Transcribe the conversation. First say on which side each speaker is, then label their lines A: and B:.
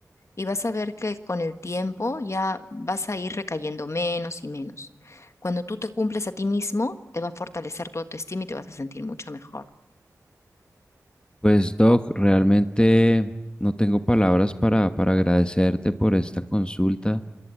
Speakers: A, on the left; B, on the left.
A: Y vas a ver que con el tiempo ya vas a ir recayendo menos y menos. Cuando tú te cumples a ti mismo, te va a fortalecer tu autoestima y te vas a sentir mucho mejor.
B: Pues Doc, realmente no tengo palabras para, para agradecerte por esta consulta,